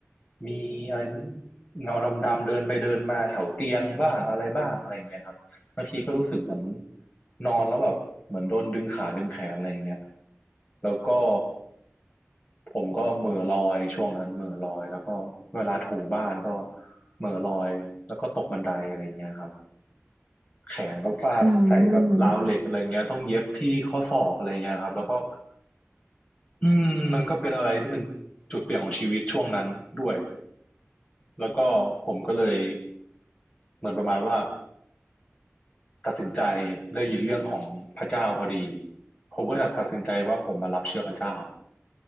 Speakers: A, on the left (about 30°); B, on the right (about 35°).
A: มีอะไรเงาดำๆเดินไปเดินมาแถวเตียงบ้างอะไรบ้างอะไรเงี้ยครับ บางทีก็รู้สึกเหมือนนอนแล้วแบบเหมือนโดนดึงขาดึงแขนอะไรอย่างเงี้ยแล้วก็ผมก็เหม่อลอยช่วงนั้นเหม่อลอยแล้วก็เวลาถูบ้านก็เหม่อลอยแล้วก็ตกบันไดอะไรอย่างเงี้ยครับแขนก็ฟาดใส่แบบราวเหล็กอะไรเงี้ยต้องเย็บที่ข้อศอกอะไรเงี้ยครับแล้วก็
B: อืม
A: อืมมันก็เป็นอะไรที่เป็นจุดเปลี่ยนของชีวิตช่วงนั้นด้วยแล้วก็ผมก็เลยเหมือนประมาณว่า ตัดสินใจได้ยินเรื่องของพระเจ้าพอดีผมก็เลยตัดสินใจว่าผมมารับเชื่อพระเจ้า